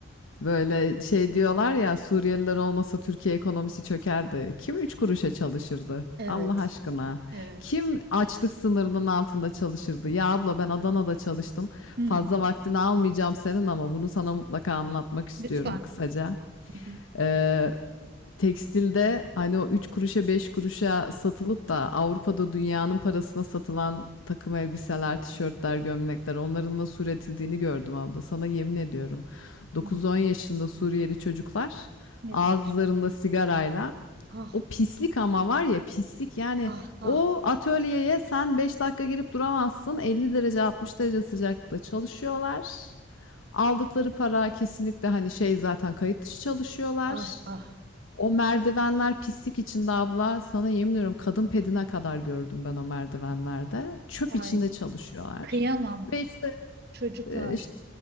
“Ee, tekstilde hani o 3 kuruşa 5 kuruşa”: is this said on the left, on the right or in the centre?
Left